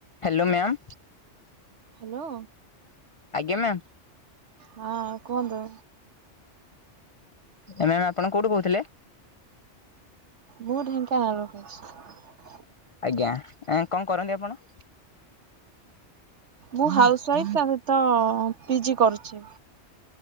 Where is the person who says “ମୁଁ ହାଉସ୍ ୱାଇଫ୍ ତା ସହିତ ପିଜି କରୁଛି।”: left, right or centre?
Right